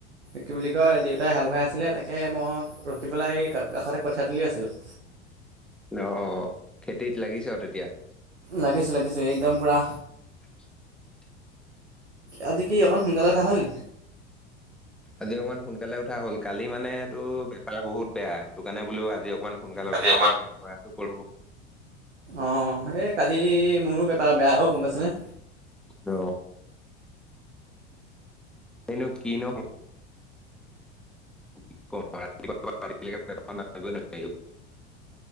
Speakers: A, on the right; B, in the centre.
A: কি বুলি কয় দেউতাই হাল বাই আছিলে তাকে মোক ৰখি পেলাই এই কাষতে কঠিয়া তুলি আছিলোঁ।
B: অ' খেতিত লাগিছ তেতিয়া
A: লাগিছে লাগিছে একদম পুৰা
B: <inaudible>
A: আজি কি অকণ সোনকালে ওঠা হ'ল নি
B: আজি অকণমান সোনকালে উঠা হ'ল, কালি মানে তো বেপাৰ বহুত বেয়া সেইটো কাৰণে বোলো আজি অকমান সোনকালৰ
A: আজি
B: পৰা প্ৰয়াসটো কৰোঁ
A: অ' এই কালি মোৰো বেপাৰ বেয়া অ গ'ম পাইচানে
B: ত এনো কিনো কি কম আৰু, ৰাতিপুৱাৰ পৰা <unintelligible>